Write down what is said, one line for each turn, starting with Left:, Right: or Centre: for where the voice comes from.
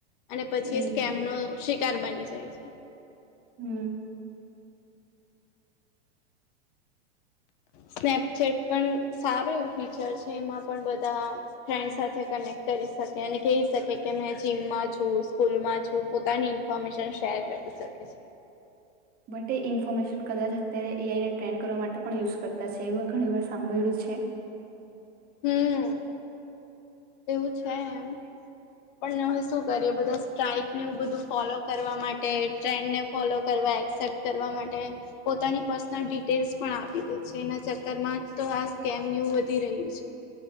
Left: અને પછી
Right: એજ
Left: સ્કેમ નો શિકાર બની જાય છે.
Right: હમ.
Left: સ્નેપચેટ પણ સારું એવું ફીચર છે, એમાં પણ બધા- - ફ્રેન્ડ સાથે કનેક્ટ કરી શકે અને કહી શકે કે, મે જીમમાં છું, સ્કૂલમાં છું, પોતાની- - ઇ ફોર્મેશન શેર કરી શકે છે.
Right: બટ, એ ઇન્ફોર્મેશન કદાચ અત્યારે એ. આઈ. ને ટ્રેન્ડ કરવા માટે પણ યુઝ કરતા છે, એવું ઘણી વાર સાંભળ્યું છે.
Left: હમ. એવું છે એમ. પણ હવે શું કરીએ, બધા સ્ટ્રાઈક ન બધું ફોલો કરવા માટે ટ્રેન્ડને- - ફોલો કરવા, એક્સેપ્ટ કરવા માટે- - પોતાની પર્સનલ ડિટેલ્સ પણ આપી દે છે, એના ચક્કર માં તો આ સ્કેમ ને એવું વધી રહ્યું છે.